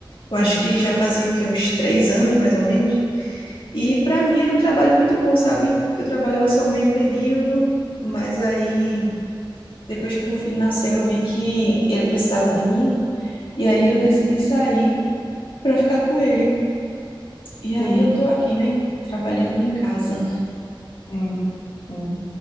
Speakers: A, on the left; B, on the left.
A: Eu acho
B: Sim,
A: que já fazia o quê? Uns três anos, mais ou menos. E para mim era um trabalho muito bom, sabe? Eu trabalhava só meio período, mas aí depois que meu filho nasceu, eu vi que ele precisava de mim, e aí eu decidi sair para ficar com ele. E aí
B: sim,
A: eu tô aqui, né, trabalhando em casa.
B: sim. sim.